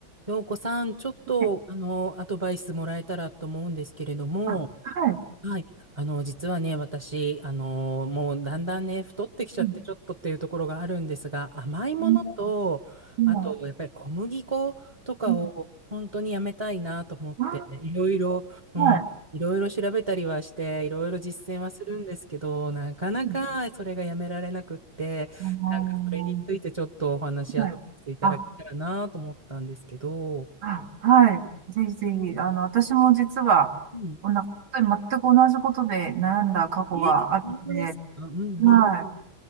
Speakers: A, on the right; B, on the right.
A: 陽子さん、ちょっと、
B: え
A: あの、アドバイスもらえたらと思うんですけれども、
B: あ、はい。
A: はい。あの、実はね、私、あの、もうだんだんね、太ってきちゃって、
B: うん、
A: ちょっとっていうところがあるんですが、甘いものと、
B: うん、今、
A: あと、やっぱり小麦粉とかを本当にやめたいなと思って、
B: うん、あ
A: いろいろ、うん、
B: あ、はい。
A: いろいろ調べたりはして、いろいろ実践はするんですけど、なかなかそれがやめられなくって、
B: うん、あの
A: なんかそれについてちょっとお話、
B: ーはい。
A: アドバイスいただけたらなと思ったんですけど、
B: あ、あ、はい。ぜひぜひ、あの、私も実は、
A: うん。
B: こんな、本当に全く同じことで悩んだ過去があるので、
A: え、本当ですかうんうん
B: はい。